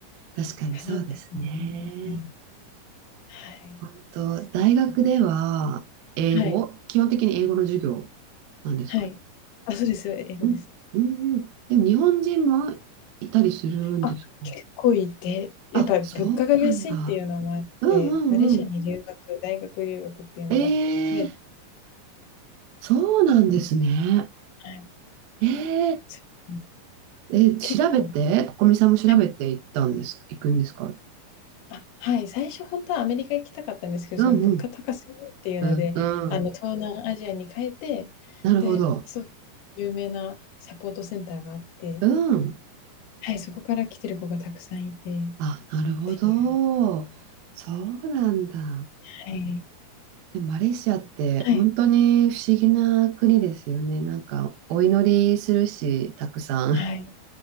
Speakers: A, on the right (about 80°); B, on the left (about 70°).
A: 確かにそうですね。
B: かなっていう風に思いました。はい、
A: 本当、
B: そうです。
A: 大学では英語、
B: はい。
A: 基本的に英語の授業なんですかね。
B: はい。あ、そうですよ、え英語です。
A: うん、うん、うん。でも日本人もいたりするんですかね
B: あ、結構いて、やっぱり物価が安いっていうのもあって、
A: あ、そうなんだ。うんうんうん。
B: マレーシアに留学大学留学っていうのが増えて、
A: ええそうなんですね。
B: はい、
A: ええ
B: そうなんですよ。
A: え、調べて、
B: 結構
A: ここみさんも調べて行ったんです、
B: はい。
A: 行くんですか
B: あ、はい、最初ほんとはアメリカ行きたかったんですけど、
A: うんうん。
B: その物価高すぎっていうので、
A: うん、うん。
B: あの、東南アジアに変えて、
A: なるほど。
B: で、そ有名なサポートセンターがあって、
A: うん。
B: はい、そこから来てる子がたくさんいてっ
A: あ、なるほど。
B: ていう、
A: そうなんだ。
B: はい。
A: でもマレーシアって本当に不思議な国ですよね。
B: はい、
A: なんか、お祈りするし、たくさん。
B: はい。